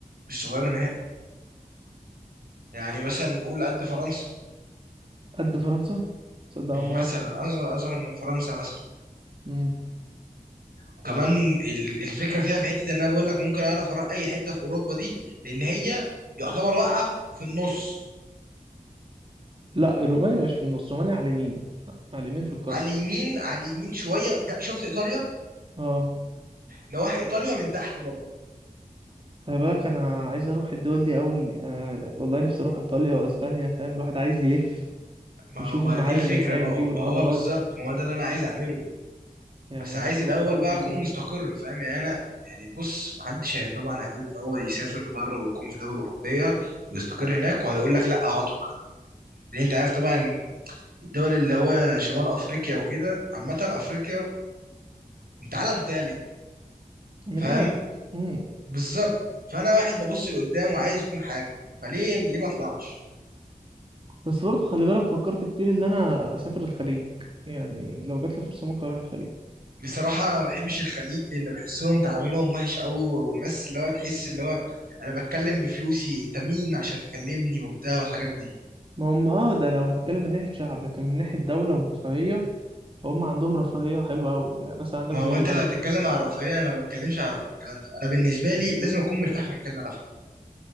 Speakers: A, on the right; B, on the right.
A: مش صغيره نهائي يعني مثلا قول قد فرنسا
B: قد فرنسا تصدق أول مرة
A: مثلا
B: أعرف
A: اصغر اصغر من فرنسا مثلا
B: مم.
A: وكمان ال- الفكره فيها في حته ان انا بقول لك ممكن اعرف اروح اي حته في اوروبا دي لان هي يعتبر واقعه في النص
B: لا الرومانيا مش في النص رومانيا على اليمين على اليمين في القارة
A: على اليمين على اليمين شويه ده شفت ايطاليا
B: اه
A: نواحي ايطاليا من تحت برضه
B: خلي بالك انا عايز اروح الدول دي قوي آه والله نفسي اروح ايطاليا واسبانيا فاهم الواحد عايز يلف
A: ما
B: ويشوف
A: هو
B: المعالم
A: دي الفكره
B: اللي هناك
A: ما
B: دي
A: هو,
B: والحضارات
A: ما هو بالظبط ما هو ده اللي انا عايز اعمله
B: يعني
A: بس عايز
B: نفسي
A: الاول
B: أوي بجد اروح
A: بقى
B: البلاد
A: اكون مستقر
B: دي
A: فاهم يعني انا يعني بص محدش هي طبعا هيقول ان هو يسافر بره ويكون في دوله اوروبيه ويستقر هناك وهيقول لك لا اقعد في بلدي لان انت عارف طبعا الدول اللي هو شمال افريقيا وكده عامه افريقيا انت عالم تالت
B: من
A: فاهم
B: الاخر مم.
A: بالظبط فانا واحد ببص لقدام وعايز يكون حاجه فليه ليه ما اطلعش
B: بس برضه خلي بالك فكرت كتير ان انا اسافر الخليج يعني لو جات لي فرصة ممكن اروح الخليج
A: بصراحه أنا ما بحبش الخليج لان بحسهم تعاملهم وحش قوي والناس اللي هو تحس اللي هو انا بتكلم بفلوسي انت مين عشان تكلمني وبتاع والحاجات دي
B: ما هم اه ده لو هتتكلم من ناحية شعب لكن من ناحية دولة ورفاهية فهم عندهم رفاهية حلوة قوي يعني بس عندك
A: ما
B: زي
A: هو
B: دبي
A: انت لو هتتكلم عن الرفاهيه انا ما بتكلمش عن الرفاهية، الكلام ده انا بالنسبه لي لازم اكون مرتاح في المكان اللي انا فيه